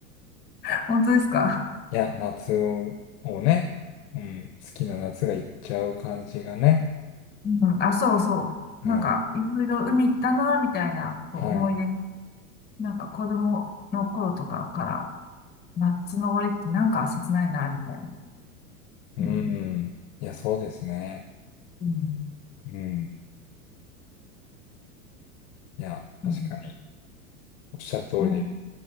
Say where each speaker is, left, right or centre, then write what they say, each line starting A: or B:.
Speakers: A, on the left; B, on the left.
A: <laughs> 本当ですか、
B: いや、夏を、をね、うん、好きな夏が行っちゃう感じがね。
A: うん、あ、そうそう。
B: は
A: なんか、いろいろ海行ったな、みたいなこう思い出、
B: い。はい。
A: なんか子供の頃とかから、夏の終わりってなんか切ないな、みたいな。
B: うん。
A: うん。
B: いや、そうですね。
A: うん。
B: うん。いや、確かに。
A: うん
B: おっしゃる通りで。
A: ね